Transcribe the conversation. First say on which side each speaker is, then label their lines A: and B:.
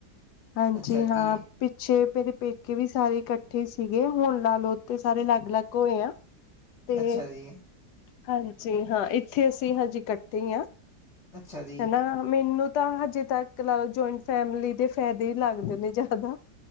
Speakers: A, on the left; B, on the left.
A: ਹਾਂਜੀ
B: ਅੱਛਾ ਜੀ,
A: ਹਾਂ ਪਿੱਛੇ ਮੇਰੇ ਪੇਕੇ ਵੀ ਸਾਰੇ ਇਕੱਠੇ ਸੀ ਸੀਗੇ ਹੁਣ ਲਾ ਲੋਓ ਤੇ ਸਾਰੇ ਅਲੱਗ ਅਲੱਗ ਹੋਏ ਆ ਤੇ
B: ਅੱਛਾ ਜੀ
A: ਹਾਂਜੀ ਹਾਂ ਇੱਥੇ ਅਸੀਂ ਹਜੇ ਇਕੱਠੇ ਹਾਂ
B: ਅੱਛਾ ਜੀ,
A: ਹਨਾ ਮੈਨੂੰ ਤਾਂ ਹਜੇ ਤੱਕ ਲਾ ਲਓ ਜਆਇੰਟ ਫੈਮਲੀ ਦੇ ਫਾਇਦੇ ਹੀ ਲੱਗਦੇ ਨੇ ਜ਼ਿਆਦਾ